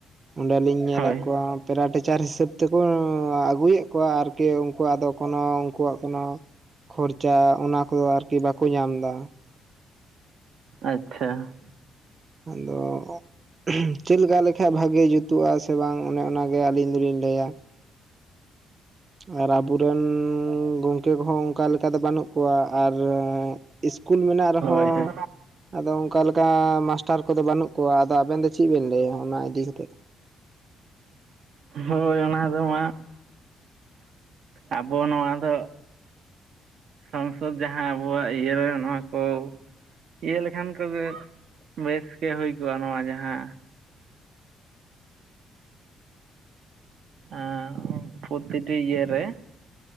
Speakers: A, on the right; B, on the right.
A: ᱚᱸᱰᱮᱞᱤᱧ ᱧᱮᱞᱮᱫ
B: ᱦᱳᱭ
A: ᱯᱮᱨᱟ ᱴᱤᱪᱟᱨ ᱦᱤᱥᱟᱹᱵ ᱛᱮᱠᱚ ᱟᱹᱜᱩᱭᱮᱜ ᱠᱚᱣᱟ ᱟᱨᱠᱤ ᱩᱱᱠᱩᱣᱟᱜ ᱫᱚ ᱠᱚᱱᱚ ᱩᱱᱠᱩᱣᱟᱜ ᱠᱚᱱᱚ, ᱠᱷᱚᱨᱪᱟ ᱚᱱᱟ ᱠᱚᱫᱚ ᱟᱨᱠᱤ ᱵᱟᱠᱚ ᱧᱟᱢ ᱫᱟ᱾
B: ᱟᱪᱪᱷᱟ,
A: ᱟᱫᱚ, ᱪᱮᱜ ᱞᱮᱠᱟ ᱞᱮᱠᱷᱟᱭ ᱵᱷᱟᱜᱮ ᱡᱩᱛᱩᱜ-ᱟ ᱥᱮ ᱵᱟᱝ ᱚᱱᱮ ᱚᱱᱟᱜᱮ ᱟᱹᱞᱤᱧ ᱫᱚᱞᱤᱧ ᱞᱟᱹᱭᱟ᱾ ᱟᱨ ᱟᱵᱚᱨᱮᱱ ᱜᱚᱝᱠᱮ ᱠᱚᱦᱚᱸ ᱚᱝᱠᱟ ᱞᱮᱠᱟ ᱫᱚ ᱵᱟᱹᱱᱩᱜ ᱠᱚᱣᱟ ᱟᱨ ᱤᱥᱠᱩᱞ ᱢᱮᱱᱟᱜ ᱨᱮᱦᱚᱸ
B: ᱦᱳᱭ ᱦᱳᱭ
A: ᱟᱫᱚ ᱚᱝᱠᱟ ᱞᱮᱠᱟ ᱢᱟᱥᱴᱟᱨ ᱠᱚᱫᱚ ᱵᱟᱹᱱᱩᱜ ᱠᱚᱣᱟ, ᱟᱫᱚ ᱟᱵᱮᱱ ᱫᱚ ᱪᱮᱜ ᱵᱮᱱ ᱞᱟᱹᱭᱟ ᱚᱱᱟ ᱤᱫᱤ ᱠᱟᱛᱮᱜ?
B: ᱦᱳᱭ ᱚᱱᱟ ᱫᱚ ᱢᱟᱜ ᱟᱵᱚ ᱱᱚᱣᱟ ᱫᱚᱜ, ᱥᱚᱝᱥᱚᱫᱽ ᱡᱟᱦᱟᱸ ᱟᱵᱚᱣᱟᱜ ᱤᱭᱟᱹᱨᱮ ᱱᱚᱣᱟ ᱠᱚ ᱤᱭᱟᱹ ᱞᱮᱠᱷᱟᱱ ᱠᱚᱜᱮ ᱵᱮᱥ ᱜᱮ ᱦᱩᱭ ᱠᱚᱜᱼᱟ ᱱᱚᱣᱟ ᱡᱟᱦᱟᱸ ᱟᱸ ᱩᱸ ᱯᱷᱳᱛᱤᱴᱤ ᱤᱭᱟᱹ ᱨᱮ,